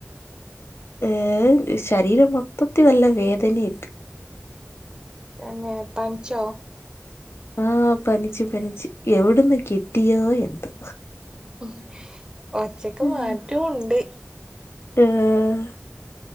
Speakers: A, on the left; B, on the right.
A: എഹ് ശരീരം മൊത്തത്തിൽ നല്ല വേദന ഇണ്ട്
B: തന്നെ പൻച്ചോ
A: ആഹ് പനിച്ച് പനിച്ച് എവിടന്ന് കിട്ടിയോ എന്തോ
B: ഉം ഒച്ചക്ക്
A: ഉം
B: മാറ്റോണ്ട്
A: ഏഹ്